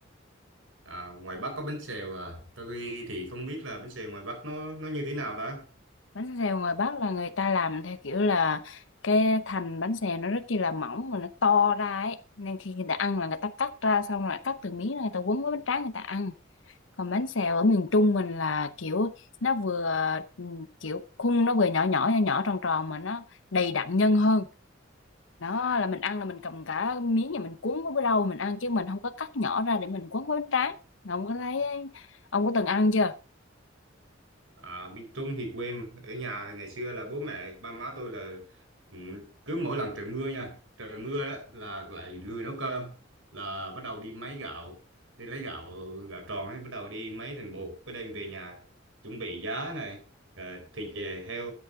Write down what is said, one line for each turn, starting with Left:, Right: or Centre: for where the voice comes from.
Right: À, ngoài Bắc có bánh xèo à. Tôi thì không biết là bánh xèo ngoài Bắc nó nó như thế nào ta?
Left: bánh xèo ngoài Bắc là người ta làm theo kiểu là cái thành bánh xèo nó rất chi là mỏng mà nó to ra ấy nên khi người ta ăn là người ta cắt ra xong rồi cắt từng miếng rồi người ta quấn với bánh tráng người ta ăn còn bánh xèo ở miền Trung mình là kiểu nó vừa ừ, kiểu khung nó vừa nhỏ nhỏ nhỏ nhỏ tròn tròn mà nó đầy đặn nhân hơn đó là mình ăn là mình cầm cả miếng và mình cuốn với rau mình ăn chứ mình không có cắt nhỏ ra để mình cuốn với bánh tráng ông có thấy ông có từng ăn chưa
Right: À, miền Trung thì quê em. ở nhà thì ngày xưa là bố mẹ ba má tôi là ừ, cứ mỗi lần trời mưa nha trời mưa đó, là lại lười nấu cơm là bắt đầu đi máy gạo đi lấy gạo gạo tròn ấy bắt đầu đi máy thành bột cái đem về nhà chuẩn bị giá này ờ, thịt về heo